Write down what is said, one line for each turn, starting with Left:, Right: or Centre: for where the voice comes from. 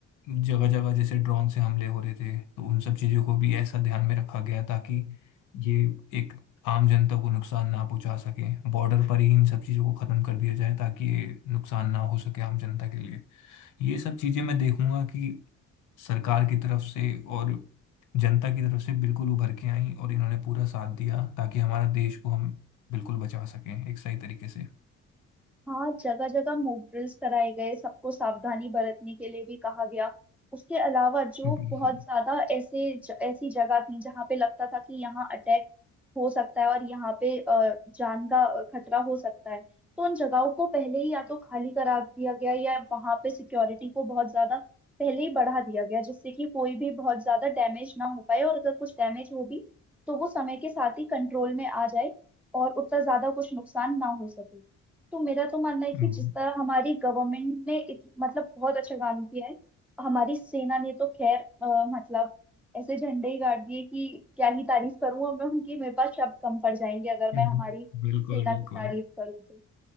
Left: जगह जगह जैसे ड्रोन से हमले हो रहे थे तो उन सब चीजों को भी ऐसा ध्यान में रखा गया ताकि ये एक आम जनता को नुकसान ना पहुंचा सके बॉर्डर पर ही इन सब चीजों को खत्म कर दिया जाए ताकि ये नुकसान ना हो सके आम जनता के लिए ये सब चीजें मैं देखूंगा कि सरकार की तरफ से और जनता की तरफ से बिल्कुल उभर के आई और इन्होंने पूरा साथ दिया ताकि हमारा देश को हम बिल्कुल बचा सकें एक सही तरीके से
Centre: हाँ जगह जगह मॉक ड्रिल्स कराए गए सबको सावधानी बरतने के लिए भी कहा गया उसके अलावा जो
Left: बिल्कुल
Centre: बहुत ज्यादा ऐसे ज, ऐसी जगह थी जहाँ पे लगता था कि यहाँ अटैक हो सकता है और यहाँ पे अ, जान का अ, खतरा हो सकता है तो उन जगहों को पहले ही या तो खाली करा दिया गया या वहां पे सिक्योरिटी को बहुत ज्यादा पहले ही बढ़ा दिया गया जिससे कि कोई भी बहुत ज्यादा डैमेज ना हो पाए और अगर कुछ डैमेज हो भी तो वो समय के साथ ही कंट्रोल में आ जाए और उतना ज्यादा कुछ नुकसान ना हो सके तो मेरा तो मानना है कि
Left: हम्म,
Centre: जिस तरह हमारी गवर्नमेंट ने इत, मतलब बहुत अच्छा काम किया है हमारी सेना ने तो खैर अ, मतलब ऐसे झंडे ही गाड़ दिए कि क्या ही तारीफ करूं अब मैं उनकी मेरे पास शब्द कम पड़ जाएंगे अगर मैं
Left: हम्म,
Centre: हमारी
Left: बिल्कुल
Centre: सेना
Left: बिल्कुल
Centre: की तारीफ करूं तो।